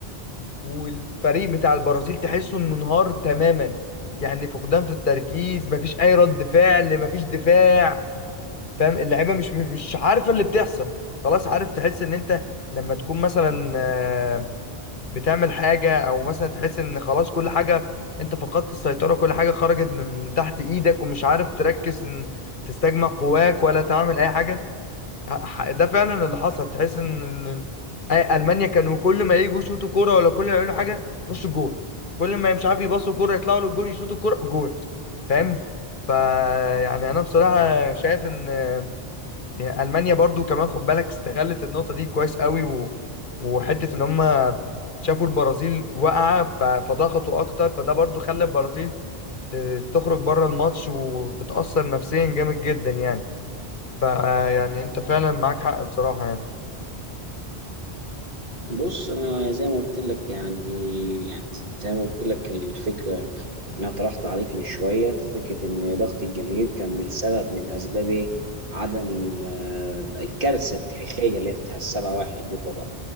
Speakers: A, on the left (about 55°); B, on the right (about 60°).
A: والفريق بتاع البرازيل تحسه انه انهار تماما يعني فقدان في التركيز مفيش اي رد فعل مفيش دفاع فاهم اللعيبه مش مش مش عارفه اللي بتحصل خلاص عارف تحس ان انت لما تكون مثلا آه، بتعمل حاجه او مثلا تحس ان خلاص كل حاجه انت فقدت السيطره كل حاجه خرجت من تحت ايدك ومش عارف تركز ان تستجمع قواك ولا تعمل اي حاجه ح- ده فعلا اللي حصل تحس ان إن المانيا كانوا كل ما يجوا يشوطوا كوره ولا كل ما يعملوا حاجه يخشوا جون كل ما مش عارف يباصوا كوره يطلعوا للجون يشوطوا كوره جون فاهم فا يعني انا بصراحه شايف ان يعني المانيا برضو كمان خد بالك استغلت النقطه دي كويس قوي و... وحته ان هم شافوا البرازيل واقعه ف... فضغطوا اكتر فده برضو خلى البرازيل ت- تخرج بره الماتش وتتاثر نفسيا جامد جدا يعني فيعني انت فعلا معاك حق بصراحه يعني
B: بص انا زي ما قلت لك يعني يعني زي ما قلت لك الفكره اللي انا طرحت عليك من شويه فكره ان ضغط الجماهير كان من سبب من اسباب إيه؟ عدم آه، الكارثه التاريخيه اللي هي بتاع السبعة واحد دي طبعا